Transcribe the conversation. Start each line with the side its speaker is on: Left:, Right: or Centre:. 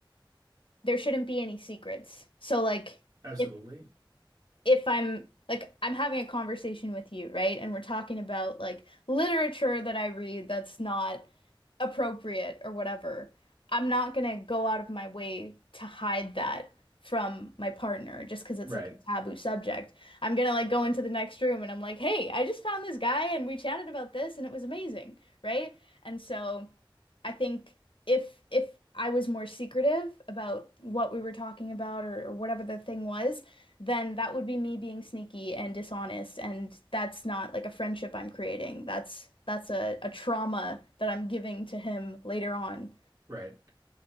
Left: there shouldn't be any secrets. So like
Right: Absolutely.
Left: if if I'm like I'm having a conversation with you, right? And we're talking about like literature that I read that's not appropriate or whatever. I'm not gonna go out of my way to hide that from my partner just because it's
Right: Right.
Left: like a taboo subject. I'm gonna like go into the next room and I'm like, "Hey, I just found this guy and we chatted about this and it was amazing." Right? And so I think if if I was more secretive about what we were talking about or, or whatever the thing was, then that would be me being sneaky and dishonest, and that's not like a friendship I'm creating. That's that's a, a trauma that I'm giving to him later on.
Right: Right.